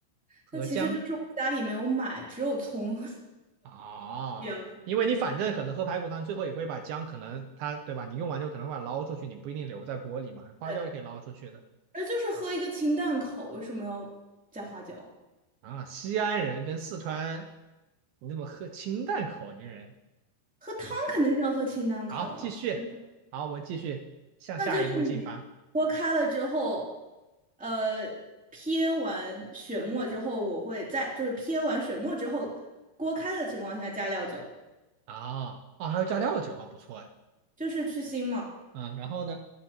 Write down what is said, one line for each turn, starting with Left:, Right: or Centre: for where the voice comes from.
Right: 和姜
Centre: 那其实就是我家里没有买，只有葱和 <laughs>
Right: 啊，
Centre: 姜，
Right: 因为你反正可能喝排骨汤最后也会把姜可能它对吧？你用完之后可能把它捞出去，你不一定留在锅里嘛，花椒也可以捞出去的。
Centre: 对，那就是喝一个清淡口，为什么要加花椒？
Right: 啊，西安人跟四川，你那么喝清淡口音人，
Centre: 喝汤肯定是要喝清淡口啊，
Right: 好，好，继续，
Centre: 喝汤
Right: 好，我们继续向下一步进发。
Centre: 那就是你锅开了之后，呃，撇完血沫之后，我会在就是撇完血沫之后，锅开的情况下加料酒。
Right: 啊，啊，还要加料酒啊，不错哎。
Centre: 就是去腥嘛，
Right: 嗯，然后呢？